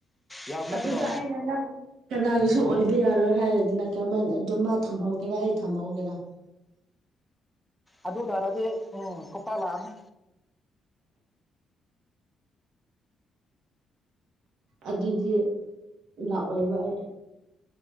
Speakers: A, in the centre; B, on the right.
A: ꯌꯥꯕ ꯅꯠꯇ꯭ꯔꯣ
B: ꯑꯗꯨꯗ ꯑꯩꯅ ꯅꯪ ꯀꯅꯥꯒꯤꯁꯨ ꯑꯣꯏꯕ ꯌꯥꯔꯣꯏ ꯍꯥꯏꯔꯗꯤꯅ ꯀꯔꯝꯍꯥꯏꯅ ꯑꯗꯨꯝ ꯃꯥ ꯊꯝꯍꯧꯒꯦꯅ ꯑꯩ ꯊꯝꯍꯧꯒꯦꯔ
A: ꯑꯗꯨ ꯇꯔꯗꯤ ꯎꯝ ꯀꯣꯄꯥ ꯂꯥꯛꯑꯅꯤ
B: ꯑꯗꯨꯗꯤ ꯂꯥꯛꯑꯣꯏꯕ ꯑꯩ